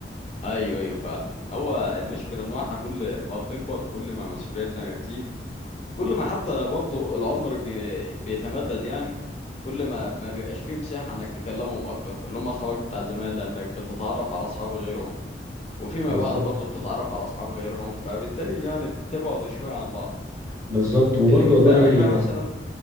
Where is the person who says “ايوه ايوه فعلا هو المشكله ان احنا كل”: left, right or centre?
Left